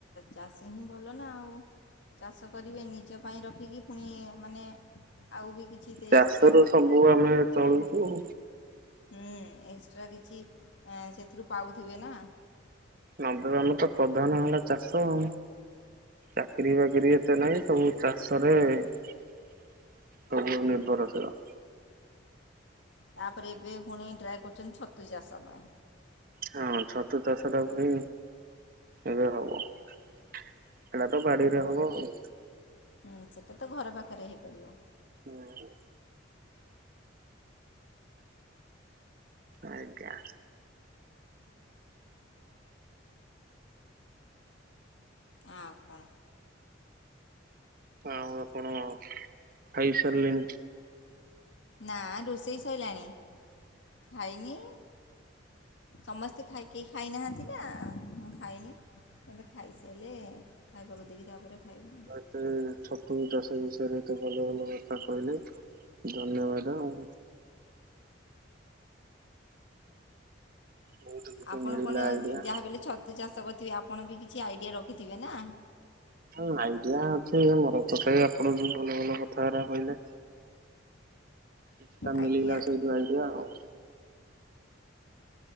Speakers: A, on the left (about 70°); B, on the right (about 45°).
A: ଚାଷୀ ହିଁ ଭଲ ନା ଆଉ ଚାଷ କରିବେ ନିଜ ପାଇଁ ରଖିକି ପୁଣି ମାନେ ଆଉ ବି କିଛି ଏକ୍ସଟ୍ରା
B: ଚାଷ ର ସବୁ ଆମେ ଚଳୁ ହଁ।
A: ହୁଁ ଏକ୍ସଟ୍ରା କିଛି ସେଥିରୁ ପାଉଥିବେ ନା।
B: ନବେ ଆମ ତ ପ୍ରଧାନ ହେଲା ଚାଷ ଆ ଚାକିରୀ ବାକିରି ଏତେ ନାହିଁ ସବୁ ଚାଷରେ ସବୁ ନିର୍ଭରଶୀଳ
A: ତାପରେ ଏବେ ପୁଣି ଟ୍ରାଏ କରୁଛନ୍ତି ଛତୁ ଯା ସମୟ
B: ହଁ ଛତୁଦଶଟା ପୁଣି ଏବେ ହବ ହେଟ ତ ବାଡ଼ିରେ ହବ ଆଉ।
A: ହୁଁ ସେଟା ତ ଘର ପାଖରେ ହେଇପାରିବ।
B: ହୁଁ। ଆଜ୍ଞା।
A: ଆଉ କଣ
B: ଆଉ ଆପଣ ଖାଇ ସାରିଲେଣି?
A: ନା ରୋଷେଇ ସୋଇଲାାଣି। ଭାଇନି ସମସ୍ତେ ଖାଇ କେହି ଖାଇନାହାନ୍ତି ନା ମୁଁ ଖାଇନି ମେ ଖାଇସାରିଲେ ଖାଇବାକୁ ଦେଇକି ତା'ପରେ ଖାଇବା
B: ହଣ ଛତୁ ଦ ସେ ବିଷୟରେ ତେ ଭଲ ଭଲ କଥା କହିଲେ ଧନ୍ୟବାଦ ଆଉ। ବହୁତ କିଛି
A: ଆପଣ
B: ମିଳିଲା
A: କଣ
B: ଆଇଡିଆ।
A: ଯାହା ବଲେ ଛତୁ ଚାଷ କର ଥିବେ ଆପଣ ବି କିଛି ଆଇଡ଼ିଆ ରଖିଥିବେ ନା।
B: ଁ ଆଇଡିଆ ଅଛି ମୋର ତ ଆପଣ ଯଉ ଭଲ ଭଲ କଥା ହେ କହିଲେ। କିଛିଟା ମିଳିଲା
A: ଆଜ୍ଞା
B: ସେଇଠୁ ଆଇଡିଆ ଆଉ।